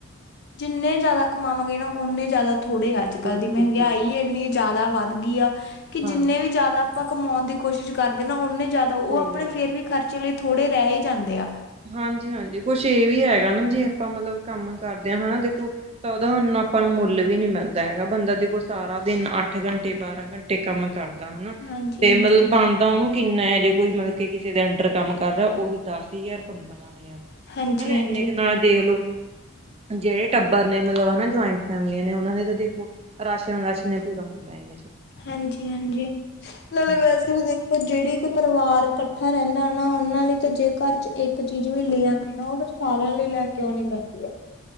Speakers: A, on the left; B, on the right.
A: ਜਿੰਨੇ ਜਿਆਦਾ ਕਮਾਵਾਂਗੇ ਨਾ, ਓਨੇ ਜਿਆਦਾ ਥੋੜ੍ਹੇ ਅੱਜ- ਕੱਲ੍ਹ
B: ਬਿਲਕੁਲ-ਬਿਲਕੁਲ
A: ਦੀ ਮਹਿੰਗਾਈ ਇੰਨੀ ਜ਼ਿਆਦਾ ਵੱਧ ਗਈ ਆ, ਕਿ
B: ਹਾਂਜੀ
A: ਜਿੰਨੇ ਵੀ ਜ਼ਿਆਦਾ ਆਪਾਂ ਕਮਾਉਣ ਦੀ ਕੋਸ਼ਿਸ਼ ਕਰਦੇ ਨਾ, ਓਨੇ ਜ਼ਿਆਦਾ 'ਉਹ
B: ਸਹੀ
A: ਆਪਣੇ
B: ਗੱਲ
A: ਫਿਰ
B: ਆ
A: ਵੀ ਖਰਚੇ ਲਈ ਥੋੜ੍ਹੇ ਰਹਿ ਹੀ ਜਾਂਦੇ ਆ।
B: ਹਾਂਜੀ- ਹਾਂਜੀ। ਕੁਛ ਇਹ ਵੀ ਹੈਗਾ ਨਾ, ਜੇ ਆਪਾਂ ਮਤਲਬ ਕੰਮ ਕਰਦੇ ਹਾਂ, ਹਨਾ ਦੇਖੋ, ਤਾਂ ਉਹਦਾ ਹੁਣ ਆਪਾਂ ਨੂੰ ਮੁੱਲ ਵੀ ਨਹੀਂ ਮਿਲਦਾ ਹੈਗਾ, ਬੰਦਾ ਦੇਖੋ ਸਾਰਾ ਦਿਨ ਅੱਠ ਘੰਟੇ, ਬਾਰਾਂ ਘੰਟੇ ਕੰਮ ਕਰਦਾ ਹਨਾ
A: ਹਾਂਜੀ
B: ਤੇ
A: ਹਾਂਜੀ
B: ਮਤਲਬ ਬਣਦਾ ਉਹਨੂੰ ਇਨਾ ਹੈ, ਜੇ ਕੋਈ ਮਤਲਬ ਕਿ, ਕਿਸੇ ਦੇ ਅੰਡਰ ਕੰਮ ਕਰ ਰਿਹਾ ਉਹੀ ਦਸ- ਹਜ਼ਾਰ ਪੰਦਰਾਂ ਹਨਾ
A: ਹਾਂਜੀ
B: ਇੰਨੇ
A: ਹਾਂਜੀ
B: ਕੁ ਨਾਲ ਦੇਖਲੋ ਜਿਹੜੇ ਟੱਬਰ ਨੇ, ਮਤਲਬ ਹਨਾ ਜੁਆਇੰਟ ਫੈਮਲੀਆਂ ਨੇ, ਉਹਨਾਂ ਨੇ, ਦੇ ਦੇਖੋ ਰਾਸ਼ਨ -ਰਾਸ਼ਨ ਨੇ ਪੂਰਾ ਹੁੰਦਾ ਇਹੇ
A: ਹਾਂਜੀ-ਹਾਂਜੀ! ਨਾਲੇ
B: ਹਾਂਜੀ
A: ਵੈਸੇ ਵੀ, ਦੇਖੋ ਜਿਹੜੀ ਕਿ ਪਰਿਵਾਰ ਇਕੱਠਾ ਰਹਿੰਦਾ ਨਾ, ਉਹਨਾਂ ਲਈ ਤੇ, ਜੇ ਘਰ'ਚ ਇੱਕ ਚੀਜ਼ ਵੀ, ਲੇ ਆਂਦੀ ਨਾ, ਉਹ ਫਿਰ ਸਾਰਿਆਂ ਲਈ ਲੈਕੇ ਆਉਂਣੀ ਪੈਂਦੀ। ਹੈ